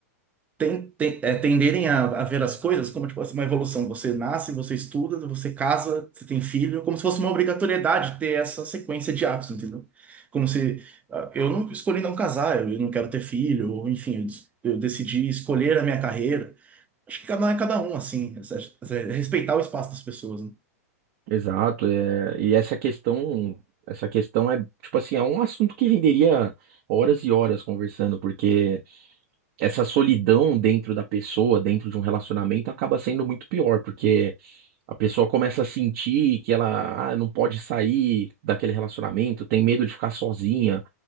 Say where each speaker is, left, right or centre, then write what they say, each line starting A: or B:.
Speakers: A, on the right (about 15°); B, on the right (about 50°).
A: ten- ten- é, tenderem a, a ver as coisas como tipo assim, uma evolução. Você nasce, você estuda, você casa, você tem filho, como se fosse uma obrigatoriedade ter essa sequência de atos, entendeu? Como se ah, eu não escolhi não casar, eu, não quero ter filho, ou enfim, eu, des- eu decidi escolher a minha carreira. Acho que cada um é cada um, assim, essa- essa- respeitar o espaço das pessoas, né?
B: Exato, é, e essa questão, essa questão é, tipo assim, é um assunto que renderia horas e horas conversando, porque. essa solidão dentro da pessoa, dentro de um relacionamento, acaba sendo muito pior, porque a pessoa começa a sentir que ela, ah, não pode sair daquele relacionamento, tem medo de ficar sozinha.